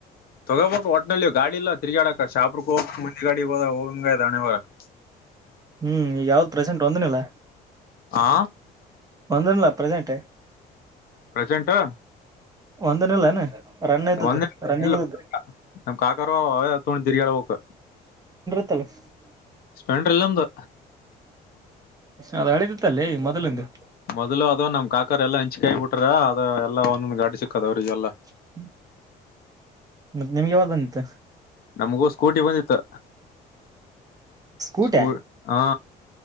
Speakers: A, on the left (about 65°); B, on the right (about 20°).
A: ಹೋಗಬೇಕ್ ಒ ಹೊಟ್ನಲ್ಲಿ ಗಾಡಿ ಇಲ್ಲ ತಿರ್ಗಾಡಕ ಶಾಪರ್ಕ್ ಹೋಗ ಮುಂದಿ ಗಾಡಿಗ <unintelligible> <unintelligible>
B: ಹ್ಮ್ ಈ ಗ್ ಯಾವ್ದ್ ಪ್ರೆಸೆಂಟ್ ಒಂದನಿಲ್ಲ
A: ಹಾ
B: ಒಂದು ಇಲ್ಲ ಪ್ರೆಸೆಂಟೇ
A: ಪ್ರಸೆಂಟು
B: ಒಂದನಿಲ್ಲನೆ ರನ್ನ ಇದ್ದದ್ದು
A: ಒಂದೇ
B: ರನ್ನಿಂಗ್
A: ಇಲ್ಲ
B: ಇದ್
A: ನಮ್ ಕಾಕರು ಅವ ಎತ್ಕೊಂಡ್ ದಿರ್ಗಾಡ್ ಬೇಕು.
B: <unintelligible>
A: ಸ್ಪ್ರೆಂಡ್ ಇಲ್ಲ ನ
B: ಅದ ಅಳಿದಿತ್ತಲ್ಲೇ ಮೊದಲಿಂದು.
A: ಮೊದಲು ಅದ್ ನಮ್ ಕಾಕರೆಲ್ಲ ಹಂಚ ಕಾಯಿ ಬಿಟ್ರ ಅದ ಎಲ್ಲಾ ಒಂದೊಂದ್ ಗಾಡಿ ಸಿಕ್ಕತದ ಅವ್ರಿಗೆಲ್ಲಾ.
B: <unintelligible> ಮತ್ತೆ ನಿಮ್ಗೆ ಯಾವ್ಗ್ ಬಂದಿತ್
A: ನಮ್ಗೂ ಸ್ಕೂಟಿ ಬಂದಿತ್ತು
B: ಸ್ಕೂಟಿ
A: ಸ್ಕೂ ಹಾ.